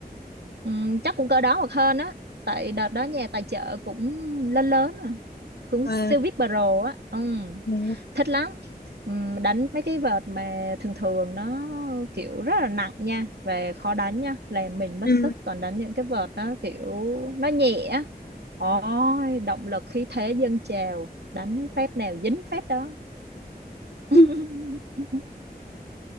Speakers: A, on the right; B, on the left.
A: Ừm, chắc cũng cỡ đó hoặc hơn á tại đợt đó nhà tài trợ cũng lớn lớn mà cũng
B: à,
A: siêu vip pro á Ừm,
B: dạ.
A: thích lắm Ừm, đánh mấy cái vợt mà thường thường nó kiểu rất là nặng nha về khó đánh nha làm mình mất
B: ừ.
A: sức toàn đánh những cái vợt nó kiểu nó nhẹ Ôi, động lực khí thế dâng trào, đánh phép nào dính phép đó. <laughs>
B: Ừ.